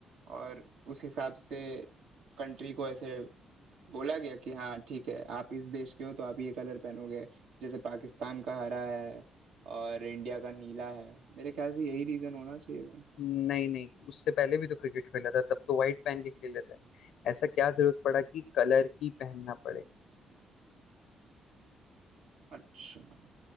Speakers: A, on the right (about 80°); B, on the left (about 80°).
A: और उस हिसाब से कंट्री को ऐसे बोला गया कि हाँ ठीक है आप इस देश के हो तो आप ये कलर पहनोगे जैसे पाकिस्तान का हरा है और इंडिया का नीला है मेरे ख्याल से यही रीजन होना चाहिए भाई
B: नहीं नहीं उससे पहले भी तो क्रिकेट खेला था तब तो व्हाइट पहन के खेल लेते हैं ऐसा क्या जरूरत पड़ा कि कलर ही पहनना पड़े
A: अच्छा